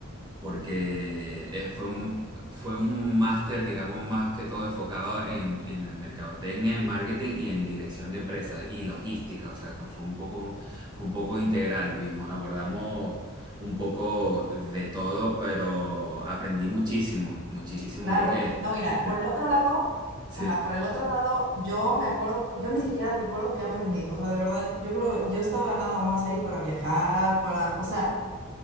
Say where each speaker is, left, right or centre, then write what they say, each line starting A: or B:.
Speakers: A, on the right; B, on the right.
A: porque eh, fue un, fue un máster, digamos, más que todo enfocado en, en la mercadotecnia, en marketing y en dirección de empresas y logística, o sea, que fue un poco, fue un poco integral, vimos, abordamos un poco de todo, pero aprendí muchísimo, muchísimo,
B: Claro,
A: mucho que,
B: no, mira,
A: que
B: por el otro lado,
A: sí,
B: ajá, por el otro lado, yo me acuerdo, yo ni siquiera recuerdo qué aprendí, o sea, de verdad, yo creo, yo estaba nada más ahí para viajar, para, o sea...